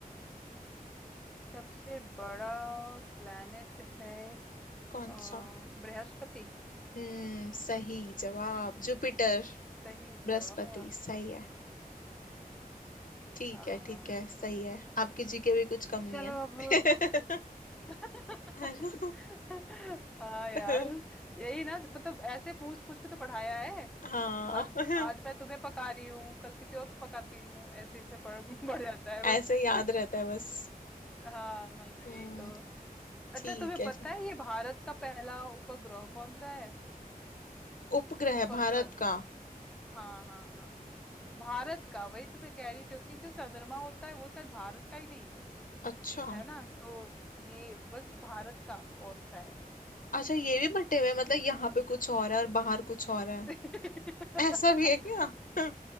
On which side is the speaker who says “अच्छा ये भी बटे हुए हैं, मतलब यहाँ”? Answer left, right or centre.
Left